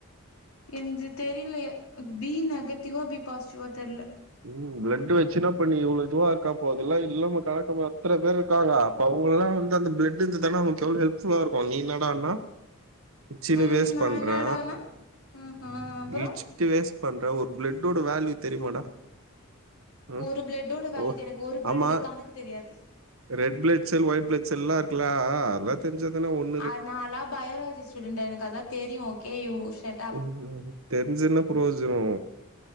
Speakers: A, on the left; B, on the right.
A: என்து தெரில எ பி நெகட்டிவா பி பாசிட்டிவா தெர்ல.
B: ம் பிளட்டு வெச்சினா ப்ப பண்ணி இவ்ளோ இதுவா இருக்கா அப்போ அது எல்லா இல்லாம காட்டமா அத்தன பேர் இருக்காங்க. அவுங்கல்லா வந்து அந்த பிளட்டு இருந்துதான அவுங்ளுக் எவ்ளோ ஹெல்ஃபுல்லா இருக்கு நீ இன்னடானா? இச்சுனு
A: ம்
B: வேஸ்
A: நா
B: பண்ற
A: என்னடானா ஆஹா அப்புறோ
B: இச் சிட்டு வேஸ் பண்ற ஒரு பிளட்டோட வேல்யூ தெரியுமாடா? ம்
A: ஒரு பிளட்டோட வேல்யூ
B: ஓ
A: தா எனக்கு ஒரு பிளல்டு
B: ஆமா
A: கணக்கு தெரியாது.
B: ரெட் பிளட்செல் ஒயிட் பிளட்செல் எல்லா இருக்குல அதல்ல தெரிஞ்சா தான ஒன்
A: அ அது நால்லா பயோலாஜி ஸ்டூடென்டு எனக்கு அதெல்லா தெரியு ஓகே யூ ஷெட்டப்.
B: ம் தெரிஞ்சு என்ன புரயோஜனோ